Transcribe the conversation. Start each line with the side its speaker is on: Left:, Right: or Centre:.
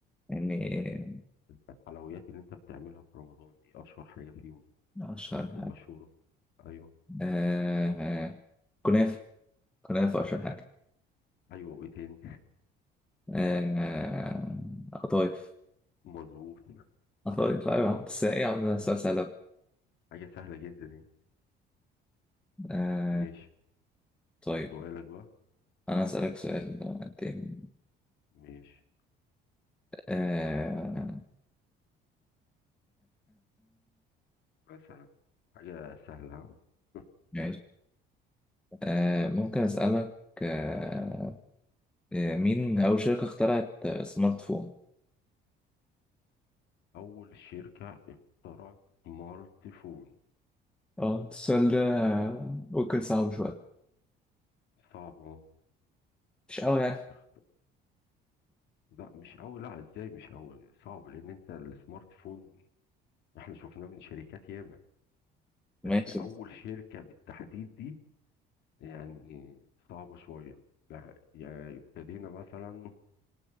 Centre: يعني
Left: الحلويات اللي انت بتعملها في رمضان ايه اشهر حاجة فيهم
Centre: أشهر
Left: ومشهورة
Centre: حاجة
Left: ايوه
Centre: آه، آه، كنافة كنافة أشهر حاجة
Left: ايوه وايه تاني
Centre: آه، قطايف
Left: مظبوط
Centre: قطايف أيوه بس إيه يا عم ده سؤال سهل
Left: <laughs>
Centre: أوي.
Left: حاجة سهلة جدا اهي
Centre: آه،
Left: ماشي
Centre: طيب
Left: سؤالك بقى
Centre: أنا أسألك سؤال تاني
Left: ماشي
Centre: آه...
Left: مثلا حاجة سهلة <laughs> ها؟
Centre: ماشي آه... ممكن أسألك آه... آه، مين أول شركة اخترعت سمارت فون؟
Left: أول شركة اخترعت سمارت فون
Centre: اه السؤال ده ممكن صعب شوية
Left: صعب أهو
Centre: مش قوي يعني
Left: اخ- لا مش أول لا إزاي مش أول صعب لأن أنت السمارت فون إحنا شفناه من شركات ياما
Centre: ماشي
Left: بس أول شركة بالتحديد دي يعني صعبة شوية لا، يعني ابتدينا مثلا